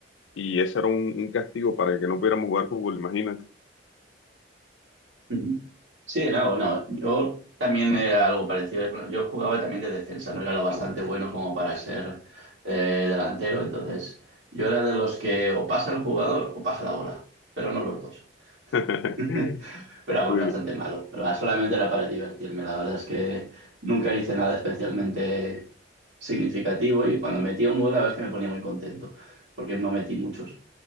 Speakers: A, on the left; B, on the right.
A: Y ese era un, un castigo para que no pudiéramos jugar fútbol, imagínate.
B: ujú. Sí, no, bueno, yo también era algo parecido. Bueno, Yo jugaba también de defensa, no era lo bastante bueno como para ser eh, delantero, entonces yo era de los que o pasa el jugador o pasa la bola, pero no los dos.
A: <laughs>
B: <laughs> Pero algo
A: Sí.
B: bastante malo, pero ah, solamente era para divertirme. La verdad es que nunca hice nada especialmente significativo y cuando metía un gol, la verdad es que me ponía muy contento, porque no metí muchos.